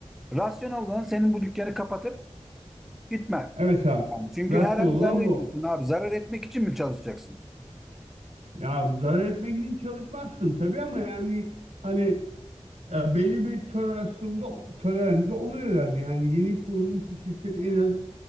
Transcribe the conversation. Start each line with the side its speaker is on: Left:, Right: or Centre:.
Centre: Rasyonel olan senin bu dükkanı kapatıp gitmen.
Right: Evet abi.
Centre: Yani çünkü
Right: Rasyon
Centre: her ay
Right: olan
Centre: zarar ediyorsun
Right: bu.
Centre: abi. Zarar etmek için mi çalışacaksın?
Right: Ya zarar etmek için çalışmazsın tabii ama yani hani ya belli bir tolerasyonda tolerende olur herhalde. Yani yeni kurulmuş bir şirket en az